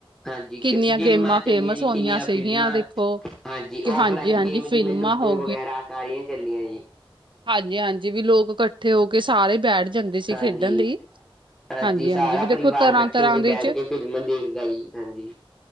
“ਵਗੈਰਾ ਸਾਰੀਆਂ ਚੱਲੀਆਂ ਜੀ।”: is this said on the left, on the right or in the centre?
Centre